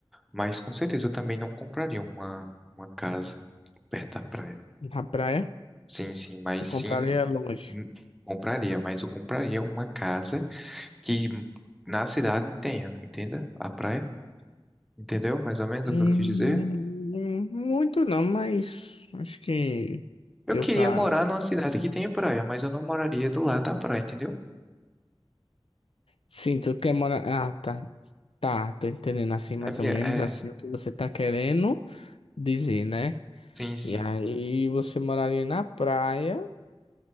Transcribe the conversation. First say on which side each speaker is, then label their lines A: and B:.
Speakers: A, in the centre; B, on the left (about 85°).
A: Mas com certeza eu também não compraria uma, uma casa perto da praia.
B: Na praia,
A: Sim, sim, mas
B: tu compraria
A: sim.
B: longe.
A: Hum, Compraria, mas eu compraria uma casa que na cidade tenha, entenda? A praia, entendeu? Mais ou menos
B: Hum,
A: o que eu quis dizer.
B: Muito não, mas acho que
A: Eu
B: deu
A: queria
B: pra.
A: morar numa cidade que tenha praia, mas eu não moraria do lado da praia, entendeu?
B: Sim, tu quer morar. Ah, tá. Tá, tô entendendo assim mais
A: É minha,
B: ou menos
A: é,
B: assim o que você tá querendo dizer, né?
A: sim, sim.
B: E aí você moraria na praia,